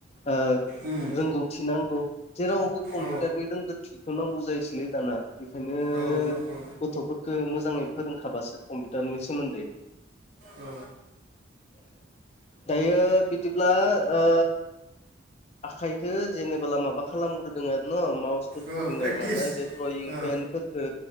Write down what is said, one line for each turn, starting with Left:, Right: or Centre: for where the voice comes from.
Left: ओ
Right: उम
Left: रोंगौथि नांगौ। जेरावबो कम्पिटारनि
Right: औ
Left: रोंगो थिखौनो बुजायसैलै दाना बेखायनो
Right: औ नांगौ
Left: गथ'फोरखो मोजाङै फोरोंखाबासो कम्पिटारनि सोमोन्दै
Right: औ
Left: दायो बिदिब्ला ओ आखाइखो जेनेबोला माबा खालामग्रोदों आरो न' माउसफोर
Right: ओ
Left: गिदिंनाय
Right: प्रेक्टिस
Left: मानाय बे द्रयिं
Right: ओ
Left: पेन फोरखो